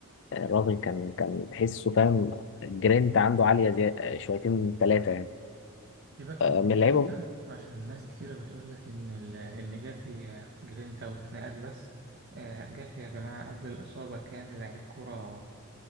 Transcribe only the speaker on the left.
آه، الراجل كان كان تحسه فاهم الجرينت عنده عاليه زي آه، شويتين ثلاثه يعني
آه،
من اللعيبه